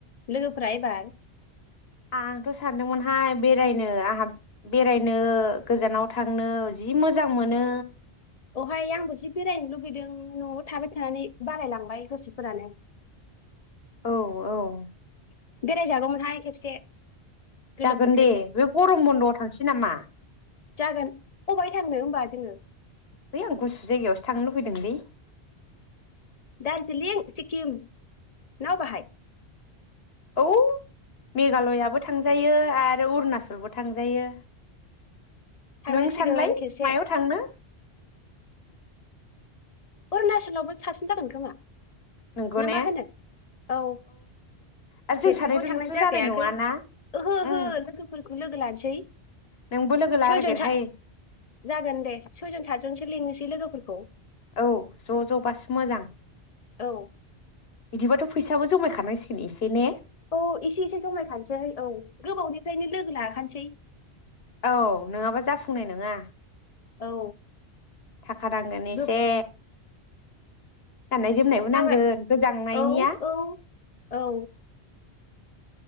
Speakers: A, on the left (about 45°); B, on the left (about 70°).
A: लोगोफोरा एबार।
B: आंथ' सानदोंमोनहाय बेरायनो आंहा बेरायनो गोजानाव थांनो जि मोजां मोनो।
A: औहाय आंबो जि बेरायनो लुगैदों न'आव थाबाय थानानै बालायलाङो बाय गोसोफोरानो
B: औ औ
A: बेराय जागौमोनहाय खेबसे गोलोम
B: जागोन
A: बोथोरनि
B: दे बे गरम बन्द'आव थांसै नामा
A: जागोन अबाय थांनो होमबा जोङो?
B: है आं गुसु जायगायावसो थांनो लुबैदोंलै
A: दार्जिलिं सिक्किम ना बाहाय
B: औ मेघालयाबो थांजायो आरो अरुनाचलबो थांजायो
A: थांनांसिगोन
B: नों सानलाय
A: खेबसे
B: मायाव थांनो
A: अरुणाचलावबो साबसिन जागोन खोमा
B: नंगौ
A: ना
B: ने
A: मा होनो औ
B: आरो जों
A: खेबसेबाव
B: सानैजोंथ'
A: थांनाय जाखायाखै
B: जानाय नङाना
A: ओहो ओहो
B: उम
A: लोगोफोरखौ लोगो लानोसै
B: नोंबो लोगो लागिरहाय
A: सयजन स जागोन दे सयजन सातजनसो लिंनोसै लोगोफोरखौ
B: औ ज' ज'बासो मोजां।
A: औ
B: बिदिबाथ' फैसाबो जमायखानांसिगोन एसे ने
A: औ एसे एसे जमायखानोसै औ गोबावनिफ्रायनो लोगो लाखानोसै
B: औ नङाबा जाफुंनाय नङा
A: औ
B: थाखा नांगोन एसे।
A: गोब
B: गाननाय-जोमनायबो
A: सावराय
B: नांगोन गोजांनायनिया
A: औ औ औ